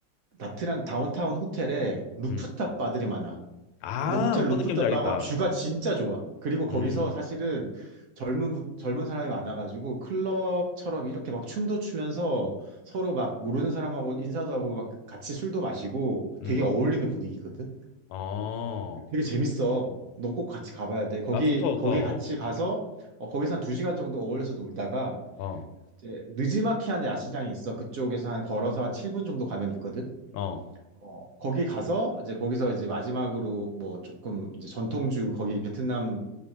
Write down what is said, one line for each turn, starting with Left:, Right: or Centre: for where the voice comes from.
Right: 나트랑 다운타운 호텔에 루프탑
Left: 음.
Right: 바들이 많아.
Left: 아,
Right: 근데 호텔
Left: 어떤
Right: 루프탑
Left: 느낌인지 알겠다.
Right: 바가 뷰가 진짜 좋아. 그리고 거기서
Left: 음,
Right: 사실은 젊은 분- 젊은 사람이 많아가지고 클럽처럼 이렇게 막 춤도 추면서 서로 막 모르는 사람하고 인사도 하고 막 같이 술도 마시고 되게
Left: 음.
Right: 어울리는 분위기거든.
Left: 어.
Right: 되게 재밌어. 너 꼭 같이 가봐야 돼. 거기
Left: 아, 좋다, 좋다.
Right: 거기
Left: 어,
Right: 같이 가서 어, 거기서 한 두 시간 정도 어울려서 놀다가
Left: 어,
Right: 이제 느지마키한 야시장이 있어. 그쪽에서 한 걸어서 한 7분 정도 가면 있거든.
Left: 어,
Right: 어, 거기 가서 이제 거기서 이제 마지막으로 뭐 조금 이제 전통주 거기 베트남